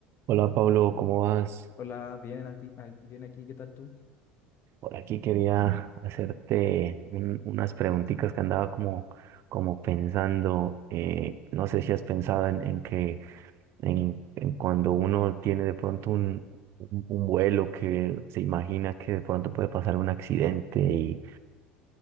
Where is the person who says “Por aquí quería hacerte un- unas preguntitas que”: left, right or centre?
Right